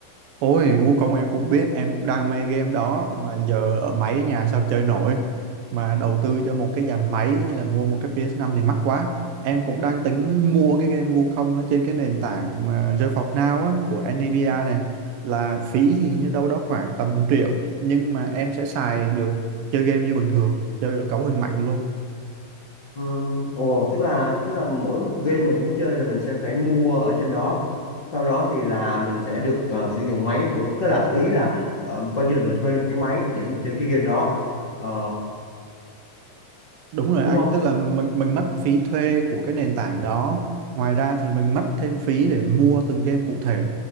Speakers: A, on the right; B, on the left.
A: Ôi, Wukong em cũng biết, em cũng đam mê game đó mà giờ ở máy nhà sao chơi nổi. Mà đầu tư cho một cái dàn máy hay là mua một cái ps năm thì mắc quá. Em cũng đang tính mua cái game Wukong nó trên cái nền tảng mà GeForce Now á, của Nvidia này là phí thì như đâu đó khoảng tầm triệu nhưng mà em sẽ xài được chơi game như bình thường, chơi được cấu hình mạnh luôn.
B: ừ, ồ tức là tức là mỗi một game mình muốn chơi là mình sẽ phải mua ở trên đó sau đó thì là mình sẽ được ờ, sử dụng máy của tức là ý là ờ, coi như là mình thuê một cái máy để mình chơi cái game đó Ờ,
A: Đúng rồi
B: đúng
A: anh,
B: không?
A: tức là mình mình mất
B: Ừ.
A: phí thuê của cái nền tảng đó. Ngoài ra thì mình mất thêm phí để mua từng game cụ thể.